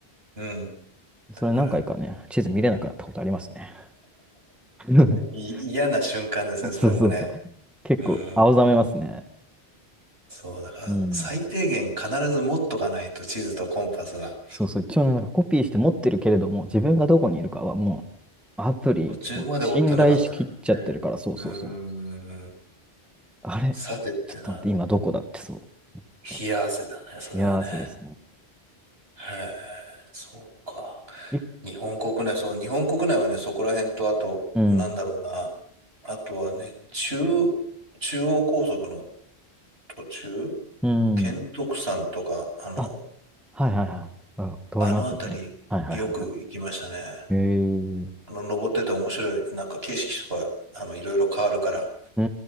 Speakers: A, on the right; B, in the centre.
A: うん。
B: それ何回かね、
A: だから、
B: 地図見れなくなったことありますね。<laughs>
A: い嫌な瞬間ですね、それもね。
B: そうそうそう。結構青ざめますね。
A: うん。そう、だから、
B: うん。
A: 最低限必ず持っとかないと、地図とコンパスが
B: そうそう。一応ね、なんかコピーして持ってるけれども、自分がどこにいるかはも
A: うん
B: うアプリを信頼しきっちゃってるから、
A: 途中まで追ってなかったらね。
B: そうそうそう。
A: うーん。
B: あれちょっと待って、
A: さてってなると、
B: 今どこだってそう。じゃあ、
A: 冷や汗だね、それはね。
B: 幸せですね。
A: へえ、そうか。
B: い
A: 日本国内、そう、日本国内はね、そこら辺と、あと、
B: うん。
A: なんだろうな。あとはね、中、中央高速の途中、
B: うん。
A: 県徳山とか、あの、
B: あ、はいはいはい。あ、通りますよね。
A: あの辺り、
B: はいはいはいは
A: よく行きましたね。
B: い。へえ。
A: あの、登ってて面白い、なんか景色とか、あの、いろいろ変わるから、
B: うー